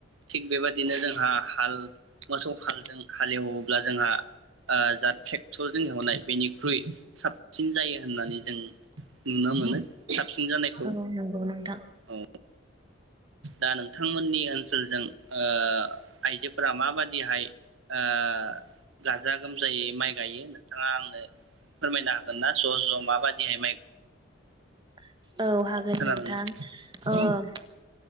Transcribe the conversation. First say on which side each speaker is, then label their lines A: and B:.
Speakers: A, on the right; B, on the right.
A: थिग बेबायदि बिदिनो जोंहा हाल मोसौ हालजों हालेवोब्ला जोंहा ओ जा ट्रेक्टर जों एवनाय बेनिख्रुइ साबसिन जायो होननानै जों नुनो मोनो साबसिन जानायखौ
B: औ नंगौ नोंथां
A: औ दा नोंथांमोननि ओनसोलजों ओ आइजो फोरा माबादिहाय ओ गाजा गोमजायै माइ गायो होनो नोंथाङा आंनो फोरमायनो हागोन ना? ज' ज' माबाददिहाय माइ
B: <unintelligible> औ हागोन
A: खोनादोंना?
B: नोंथां ओं।
A: औ